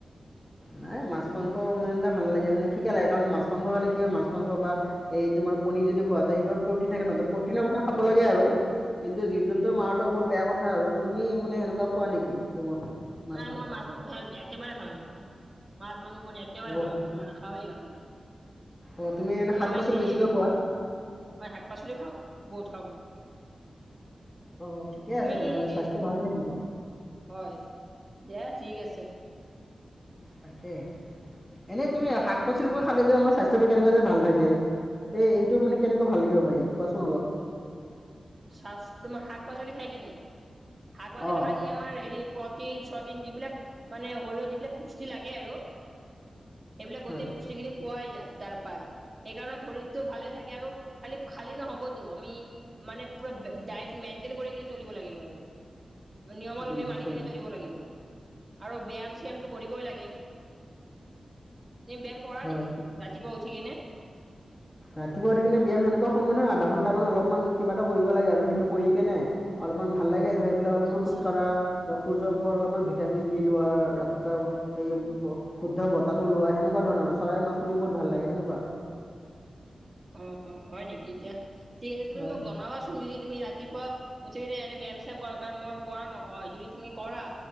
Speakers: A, on the left; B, on the right.
A: নাই মাছ মাংসে এটা ভাল লাগে। মানে ঠিকে লাগে কাৰণ মাছ মাংস খালে কি হয়, মাছ মাংস বা এই আমাৰ কণ যদি খোৱা সেইবোৰত প্ৰটিন থাকে নহ প্ৰটিনৰ কাৰণে খাব লাগে আৰু। কিন্তু, জীৱ-জন্তু মাৰো বহুত বেয়া কথা আৰু। তুমি মানে সেনেকুৱা খোৱা নেকি তোমাৰ? মাছ
B: নাই
A: মাংস?
B: মই মাছ-মাংস একেবাৰে ভাল নাপাওঁ। মাছ- মাংস মনে একেবাৰে
A: অ',
B: ভাল নাপাওঁ মান নাখাওঁই গাহৰি।
A: অ', তুমি মানে শাক
B: মই
A: পাচলি
B: হেৰি
A: বেছিকৈ খোৱা?
B: মই শাক-পাচলি খাওঁ বহুত খাওঁ মই।
A: অ, ঠিকে
B: তুমি
A: আছে তেনেহলে
B: হেৰি
A: স্বাস্থ্য ভালে থাকিব।
B: হয়, দে ঠিক আছে।
A: তাকে এনেই তুমি শাক-পাচলিবোৰ খালে যে আমাৰ স্বাস্থ্যতো কেনেকুৱা যে ভাল থাকে। তে সেইটো মানে কেনেকুৱা ভাল লখিব পাৰি, কোৱাচোন অলপ?
B: চ তোমাৰ শাক-পাচলি খাই কিনে শাক-পাচলি
A: অ',
B: খালি আমাৰ হেৰি প্ৰটিন-চটিন যিবিলাক মানে শৰীৰত যিবিলাক পুষ্টি লাগে আৰু এইবিলাক
A: হয়
B: গতি পুষ্টিখিনি পোৱাই যায়। তাৰ পাই সেইকাৰণে শৰীৰতটো ভালে থাকে, আৰু খালি খালী নহবতো আমি মানে পুৰা দাইট মেইনটেইন কৰি চলিব লাগিব আৰু। নিয়মাৱমী
A: নিশ্চয়
B: মানি কিনে চলিব লাগিব। আৰু ব্যায়াম চয়ামতটো কৰিবই লাগে। তুমি ব্যায়াম কৰা
A: হয়
B: নেকি ৰাতিপুৱা উঠি কিনে
A: ৰাতিপুৱা উথিকনে ব্যয়ায়াম সেনেকুৱা সময় নহয় আধা ঘন্টা মান অলপমান কিবা এটা কৰিব লাগে আৰু সেইটো কৰি কে নাই অলপমান ভাল লাগে। ফালে অলপমান
B: আচ্ছা
A: খোজ কঢ়া সূৰ্যৰ পোহৰত অলপমান ভিটামিন দি লোৱা। ৰাতিপুৱা এই শুদ্ধ বতাহটো লোৱা সেনেকা তেনেকুৱা ধৰণৰ আৰু চৰাইৰ মাত শুনিও বহুত ভাল লাগে সেনেকুৱা।
B: অ', হয় নেকি এতিয়া? ঠিক আছে। তুমি
A: হয়
B: মোক জনাবাচোন যদি তুমি ৰাতিপুৱা মুঠেই এনে ব্যায়াম চাম কৰা কাৰণ মই কৰা নহয়। যদি তুমি কৰা